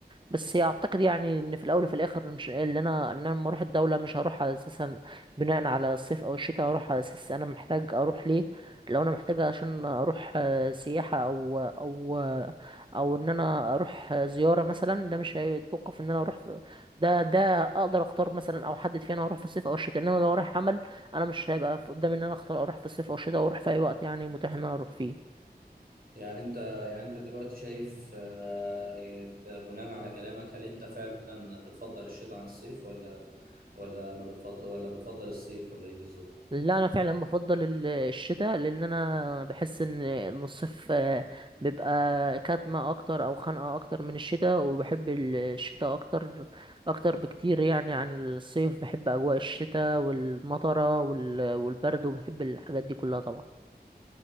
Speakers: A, on the right (about 30°); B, on the right (about 60°).
A: بس اعتقد يعني ان في الاول وفي الاخر مش اللي انا ان انا لما اروح الدوله مش هروح على اساسا بناء على الصيف او الشتاء هروح على اساس انا محتاج اروح ليه لو انا محتاج عشان اروح آه، سياحه او او او ان انا اروح آه، زياره مثلا ده مش هيتوقف ان انا اروح في ده ده اقدر اختار مثلا او احدد فيه انا هروح في الصيف او الشتاء انما لو رايح عمل انا مش هيبقى في قدامي ان انا اختار اروح في الصيف او الشتاء واروح في اي وقت يعني متاح ان انا اروح فيه
B: يعني انت يعني انت دلوقتي شايف آه، إنت بناء على كلامك هل انت فعلا بتفضل الشتاء عن الصيف ولا ولا ما بتفضل ولا بتفضل الصيف ولا ايه بالظبط
A: لا انا فعلا بفضل ال- الشتاء لان انا بحس ان ان الصيف آه، بيبقى كاتمه اكتر او خنقه اكتر من الشتاء وبحب ال- الشتاء اكتر اكتر بكتير يعني عن الصيف بحب اجواء الشتاء والمطره وال- والبرد وبحب الحاجات دي كلها طبعا